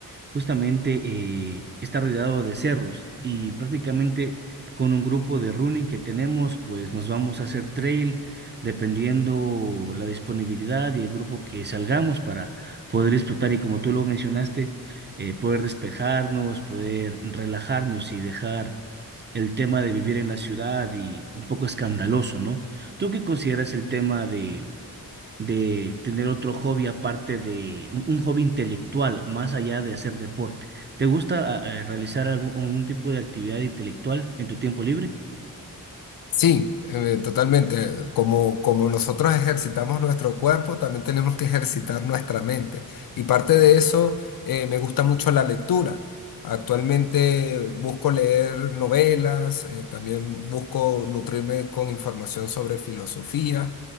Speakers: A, on the right; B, on the left.
A: Justamente eh, está rodeado de cerros y prácticamente con un grupo de running que tenemos, pues nos vamos a hacer trail dependiendo la disponibilidad y el grupo que salgamos para poder disfrutar y como tú lo mencionaste, eh, poder despejarnos, poder relajarnos y dejar el tema de vivir en la ciudad y un poco escandaloso, ¿no? ¿Tú qué consideras el tema de, de tener otro hobby aparte de un, un hobby intelectual, más allá de hacer deporte? ¿Te gusta ah, eh, realizar algún, algún tipo de actividad intelectual en tu tiempo libre?
B: Sí, eh, totalmente. Como, como nosotros ejercitamos nuestro cuerpo, también tenemos que ejercitar nuestra mente. Y parte de eso, eh, me gusta mucho la lectura. Actualmente busco leer novelas, eh, también busco nutrirme con información sobre filosofía,